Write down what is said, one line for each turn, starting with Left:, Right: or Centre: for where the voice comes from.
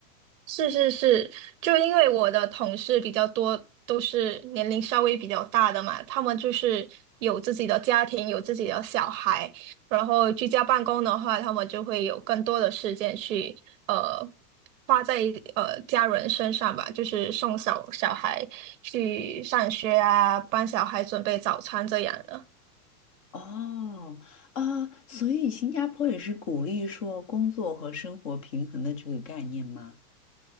Right: 是是是，就因为我的同事比较多，都是年龄稍微比较大的嘛，他们就是有自己的家庭，有自己的小孩，然后居家办公的话，他们就会有更多的时间去呃花在呃家人身上吧，就是送小小孩去上学啊，帮小孩准备早餐这样的。
Left: 哦，啊，所以新加坡也是鼓励说工作和生活平衡的这个概念吗？